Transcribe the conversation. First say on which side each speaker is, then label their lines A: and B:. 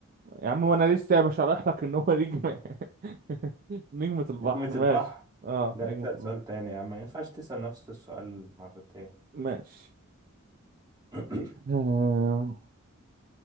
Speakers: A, on the right (about 40°); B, on the right (about 20°).
A: يا عم وانا لسه مش هشرح لك ان هو نجمة <laughs> نجمة البحر
B: نجمة
A: ماشي
B: البحر
A: اه
B: لا
A: نجمة
B: اسأل
A: البحر
B: سؤال تاني يا عم ما ينفعش تسأل نفس السؤال مرتين
A: ماشي
B: <clears throat>
A: آم،